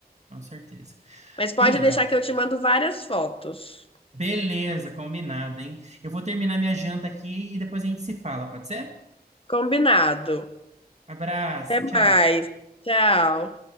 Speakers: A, on the right; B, on the left.
A: com certeza.
B: Mas pode
A: Miga,
B: deixar que eu te mando várias fotos.
A: beleza, combinado, hein? Eu vou terminar minha janta aqui e depois a gente se fala, pode ser?
B: Combinado.
A: Abraço,
B: Até
A: tchau.
B: mais. Tchau.